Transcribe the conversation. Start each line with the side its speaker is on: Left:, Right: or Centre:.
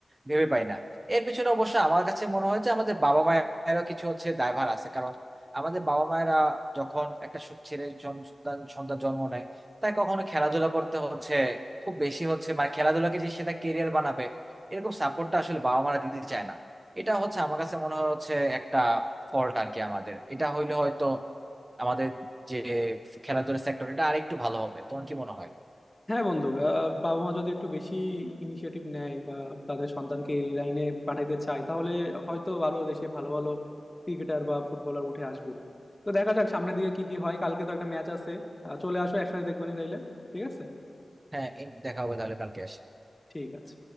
Right: ভেবে পাই না এর পিছনে অবশ্য আমার কাছে মনে হয় যে আমাদের বাবা মায়েরও কিছু হচ্ছে দায়ভার আছে কারণ আমাদের বাবা মায়েরা যখন একটা সু- ছেলে জন- সন্তান সন্তান জন্ম নেয় তাই কখনো খেলাধুলা করতে হচ্ছে খুব বেশি হচ্ছে মানে খেলাধুলাকে যে সেটা কেরিয়ার বানাবে এরকম সাপোর্টটা আসলে বাবা মারা দিতে চায় না এটা হচ্ছে আমার কাছে মনে হয় হচ্ছে একটা ফল্ট আর কি আমাদের এটা হইলে হয়তো আমাদের যে খেলাধুলার সেক্টর এটা আরেকটু ভালো হবে তোমার কি মনে হয়
Left: হ্যাঁ বন্ধু আহ, বাবা মা যদি একটু বেশি ইনিশিয়েটিভ নেয় বা তাদের সন্তানকে এই লাইনে পাঠাতে চায় তাহলে হয়তো আরো দেশে ভালো ভালো ক্রিকেটার বা ফুটবলার উঠে আসবে তো দেখা যাক সামনের দিকে কি কি হয় কালকে তো একটা ম্যাচ আছে আহ, চলে আসো একসাথে দেখবানি তাইলে ঠিক আছে
Right: হ্যাঁ এই দেখা হবে তাহলে কালকে এসে
Left: ঠিক আছে